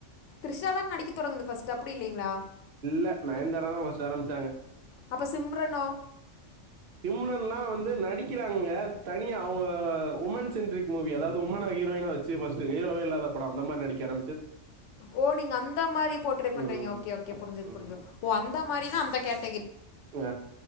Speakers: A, on the left; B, on the right.
A: த்ரிஷா தான் நடிக்க தொடங்குது பஸ்ட்டு அப்டி இல்லைங்களா
B: இல்ல நயன்தாராதா ஃபர்ஸ்ட் ஆரம்பிச்சாங்க
A: அப்ப சிம்ரனோ
B: சிம்ரன்லா வந்து நடிக்கிறாங்க தனியா அவங்க உமன் சென்ட்ரிக் மூவி அதாவது உமனா ஹீரோயினா வச்சி பஸ்ட்டு ஹீரோவே இல்லாத பட அந்த மாரி நடிக்கர
A: ஓ நீங்க அந்த மாரி போட்ரே பண்றீங்க
B: ம்
A: ஓகே ஓகே புரிஞ்சிது
B: ம்
A: புரிஞ்சுது ஓ அந்த மாரி நா அந்த கேட்
B: ஆ